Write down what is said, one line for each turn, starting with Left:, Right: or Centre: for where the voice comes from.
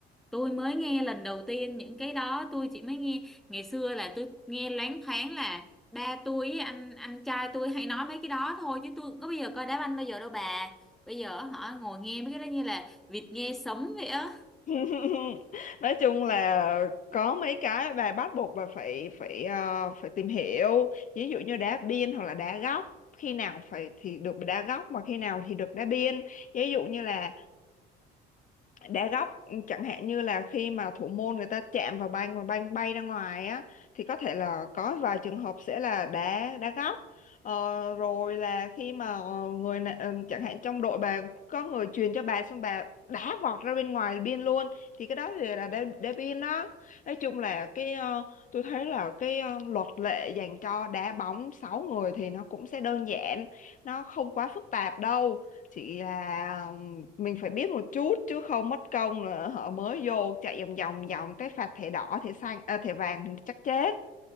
Centre: tôi mới nghe lần đầu tiên những cái đó tôi chỉ mới nghe ngày xưa là tôi nghe loáng thoáng là ba tôi với anh anh trai tôi hay nói mấy cái đó thôi chứ tôi có bây giờ coi đá banh bao giờ đâu bà bây giờ họ ngồi nghe mấy cái đó như là vịt nghe sấm vậy á
Left: <laughs> nói chung là có mấy cái bà bắt buộc bà phải phải ờ, phải tìm hiểu ví dụ như đá biên hoặc là đá góc khi nào phải thì được đá góc mà khi nào thì được đá biên ví dụ như là đá góc ừ, chẳng hạn như là khi mà thủ môn người ta chạm vào banh và banh bay ra ngoài á thì có thể là có vài trường hợp sẽ là đá đá góc ờ, rồi là khi mà ờ, người nè- ờ, chẳng hạn trong đội bà có người truyền cho bà xong bà đá vọt ra bên ngoài biên luôn thì cái đó thì là đá, đá biên đó nói chung là cái ờ, tôi thấy là cái ờ, luật lệ dành cho đá bóng 6 người thì nó cũng sẽ đơn giản nó không quá phức tạp đâu chị là mình phải biết một chút chứ không mất công nữa họ mới vô chạy vòng vòng vòng cái phạt thẻ đỏ thẻ xanh à, thẻ vàng thì chắc chết